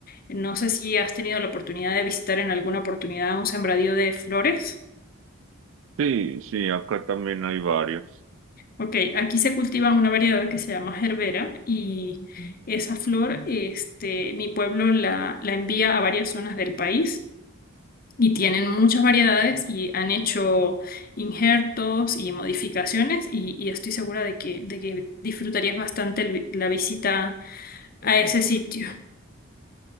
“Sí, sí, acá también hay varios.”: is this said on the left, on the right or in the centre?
Right